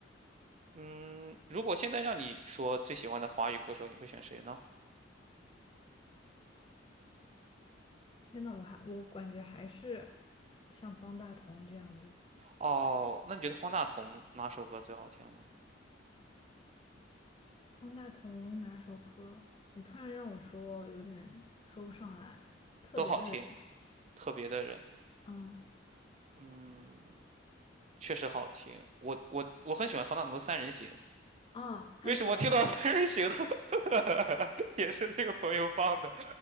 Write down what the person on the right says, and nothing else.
嗯，如果现在让你说最喜欢的华语歌手，你会选谁呢？
哦，那你觉得方大同哪首歌最好听呢？
都好听，特别的人。
嗯。确实好听。我我我很喜欢方大同的《三人行》，
为什么听到《三人行》的 <laughs> 也是那个朋友放的？